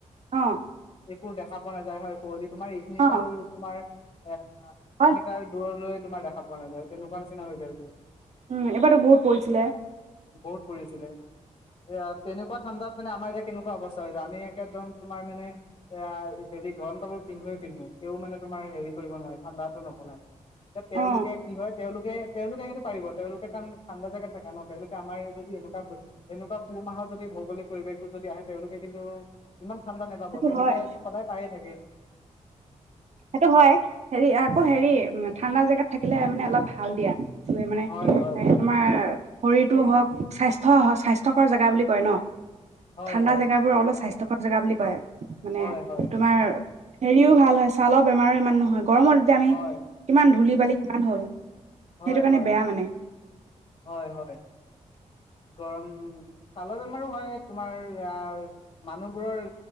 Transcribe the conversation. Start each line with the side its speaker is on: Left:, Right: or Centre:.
Right: অ
Left: একো দেখা পোৱা নাযায় হয় কুঁৱলিত তোমাৰ এইখিনিৰ
Right: অ অ
Left: পৰাও তোমাৰ অ এক
Right: হয়
Left: মিটাৰ দূৰলৈ তোমাৰ দেখা পোৱা নাযায় তেনেকুৱা নিচিনা হৈ যায় যে
Right: উম এবাৰো বহুত পৰিছিলে
Left: বহুত পৰিছিলে এ তেনেকুৱা ঠাণ্ডাত মানে আমাৰ এতিয়া কেনেকুৱা অৱস্থা হৈ য আমি একেদম তোমাৰ মানে এ হেৰি গৰম কাপোৰ পিন্ধোৱ পিন্ধোৱেও মানে তোমাৰ হেৰি কৰিব নোৱাৰে ঠাণ্ডাটো নকলায়। এ তেওঁলোকে
Right: অ
Left: কি হয় তেওঁলোকে তেওঁলোকে কিন্তু পাৰিব তেওঁলোকে কাৰণ ঠাণ্ডা জেগাত থাকে ন তেওঁলোকে আমাৰ যদি এনেকুৱা এনেকুৱা পুহ মাহৰ যদি ভৌগলিক পৰিৱেশটো যদি আহে তেওঁলোকে কিন্তু ইমান ঠাণ্ডা নাপাব
Right: সেইটো
Left: তেওঁলোকে
Right: হয়
Left: সদায় পায়ে থাকে।
Right: সেইটো হয় হেৰি আকৌ হেৰি ঠাণ্ডা জেগাত থাকিলে মানে অলপ। ভাল দিয়া। মানে
Left: হয় হয়
Right: তোমাৰ। শৰীৰটো হওক স্বাস্থ্য স্বাস্থ্যকৰ জেগা বুলি কয় ন
Left: হয়
Right: ঠাণ্ডা
Left: হয়
Right: জেগাব বোৰ অলপ স্বাস্থ্য জেগা বুলি কয়। মানে
Left: হয় হয়
Right: তোমাৰ হেৰিও ভাল হৈছে। ছালৰ বেমাৰো ইমান নহয়। গৰমত যেতিয়া আমি
Left: হয়
Right: কিমান ধূলি। পোৱালি কিমান হ'ল। সেইটো
Left: হয়
Right: কাৰণে
Left: হয়
Right: বেয়া মানে
Left: হয় হয় গৰম। ছালৰ বেমাৰো হয় তোমাৰ আহ মানুহবোৰৰ